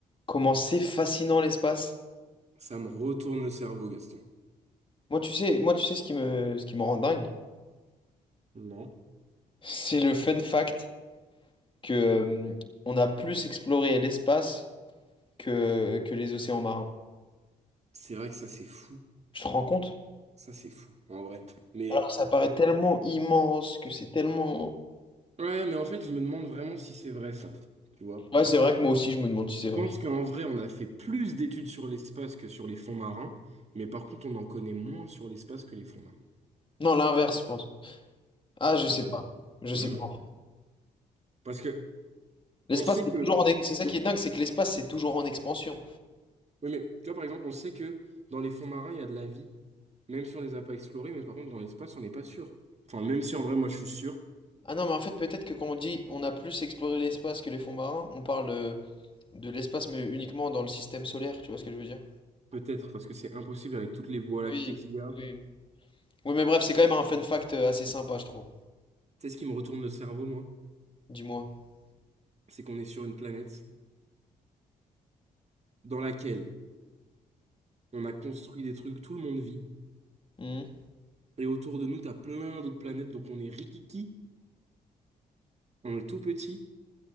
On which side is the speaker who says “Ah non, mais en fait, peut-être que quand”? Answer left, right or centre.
Left